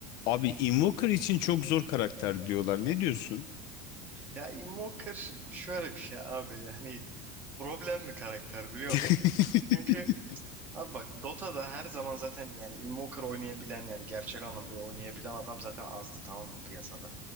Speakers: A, on the left; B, on the right.
A: Abi Invoker için çok zor karakter diyorlar. Ne diyorsun?
B: Ya Invoker şöyle bir şey abi. Hani problem bir karakter biliyor
A: <laughs>
B: musun? Çünkü abi bak Dota'da her zaman zaten yani Invoker oynayabilen yani gerçek anlamda oynayabilen adam zaten azdı tamam mı piyasada.